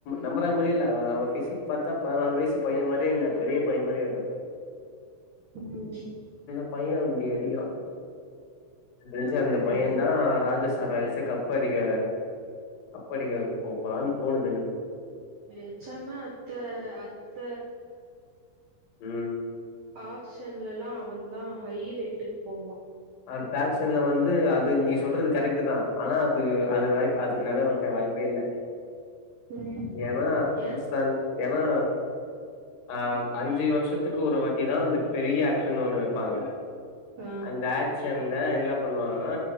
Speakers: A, on the left (about 65°); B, on the right (about 80°).
A: நம்பரமாரியே இல்ல பேசிக் பார்த்தா பதினாலு வயசு பையன் மாரியேயில்ல பெரிய பையன்மாரி இருக்கா
B: ம்
A: <unintelligible> <unintelligible> அந்த பையன்
B: அடி
A: தா ராஜேஸ் <unintelligible> கப்பா அடிக்க அப்பா அடிக்க போ போலான்னு தோணுதுன்னுக்கு
B: பேச்சாங்கன்னா அத்த அத்த
A: ம்
B: ஆக்சன்லல்லாம் அவன் தான் ஹை ரேட்டுக்கு போவான்
A: அ பேசன்ல வந்து அது நீ சொல்றது கரெக்ட் தான் ஆனா அது அது வாய்ப அதுக்கு நட வக்க வாய்ப்பே இல்லை
B: ம்
A: ஏன்னா
B: ஏ
A: ராஜஸ்தான் ஏன்னா ஆ அஞ்சு வருஷத்துக்கு ஒரு வாட்டிதான் அந்த பெரிய ஆக்க்ஷன் ஒண்ணு வைப்பாங்க
B: ஆ
A: அந்த என்ன எல்லா பண்ணுவாங்கன்னா